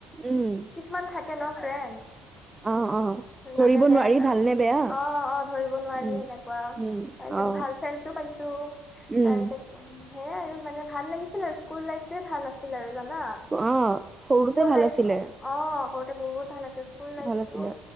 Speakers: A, on the right; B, on the left.
A: উম
B: কিছুমান থাকে কে ন ফ্ৰেণ্ডছ। <unintelligible> অ-অ
A: অ অ ধৰিব নোৱাৰি ভালনে বেয়া
B: ধৰিব নোৱাৰি
A: উম
B: সেনেকুৱা
A: উম
B: তাৰপিছত
A: অ
B: ভাল ফ্ৰেণ্ডছো পাইছো।
A: উম
B: তাৰপিছত হেয়াই আৰু মানে ভাল লাগিছিল আৰু স্কুল লাইফটোৱে ভাল আছিল আৰু। জানা
A: অ', সৰুতে
B: স্কুল
A: ভাল
B: লাইফ
A: আছিলে।
B: অ সৰুতে বহুত ভাল আছিল। স্কুল লাইফটো
A: ভাল আছিলে